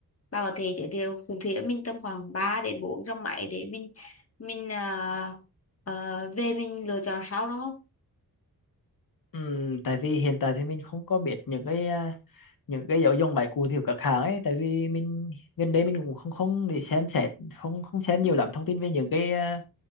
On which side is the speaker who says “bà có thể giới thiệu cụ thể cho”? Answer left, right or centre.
Left